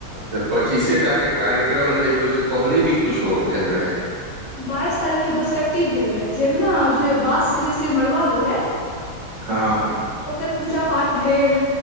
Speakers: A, on the right; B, on the left.
A: तऽ पच्चीसे टा के कार्यक्रम रहै कि ओहिसँ पहिले भी किछो भेल रहै
B: बाइस तारीखके बँसकट्टी भेल रहै जाहिमे ने जे बाँससँ जेैस मरुआ बनलै
A: हँ
B: ओकर पूजा पाठ भेल